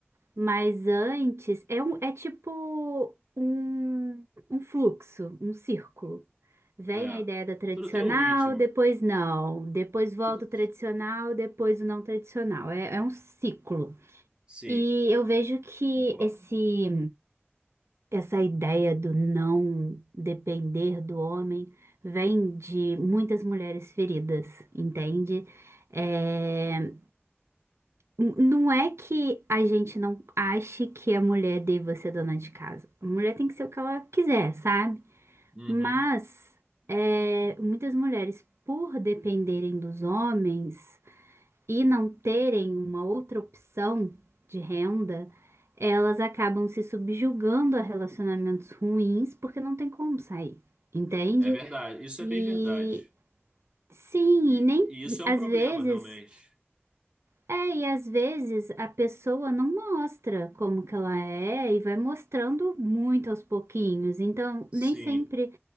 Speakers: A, on the right; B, on the right.
A: Mas antes, é, um, é tipo um, um fluxo, um círculo. Vem
B: É.
A: a ideia da tradicional,
B: Tudo tem um ritmo.
A: depois não, depois volta
B: Tudo.
A: o tradicional, depois o não tradicional. É, é um ciclo.
B: Sim,
A: E eu vejo que
B: concordo.
A: esse, essa ideia do não depender do homem vem de muitas mulheres feridas, entende? É, N- Não é que a gente não ache que a mulher deva ser dona de casa. A mulher tem que ser o que ela quiser, sabe?
B: Uhum.
A: Mas é, muitas mulheres, por dependerem dos homens e não terem uma outra opção de renda, elas acabam se subjugando a relacionamentos ruins porque não tem como sair, entende?
B: É verdade. Isso
A: E
B: é bem verdade.
A: sim,
B: E,
A: e nem
B: e isso é
A: às
B: um problema,
A: vezes.
B: realmente.
A: É, e às vezes a pessoa não mostra como que ela é e vai mostrando muito aos pouquinhos. Então, nem
B: Sim.
A: sempre